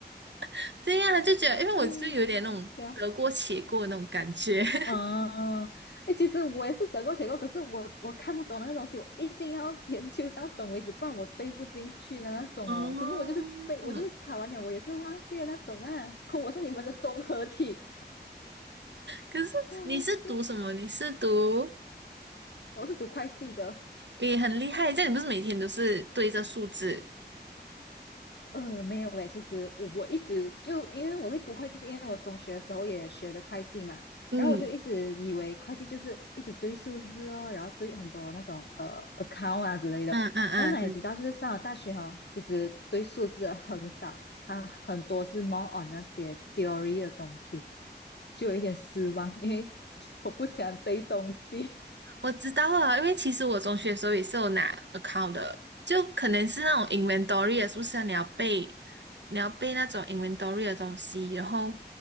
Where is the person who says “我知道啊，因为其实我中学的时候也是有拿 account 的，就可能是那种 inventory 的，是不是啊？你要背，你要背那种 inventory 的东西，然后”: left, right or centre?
Right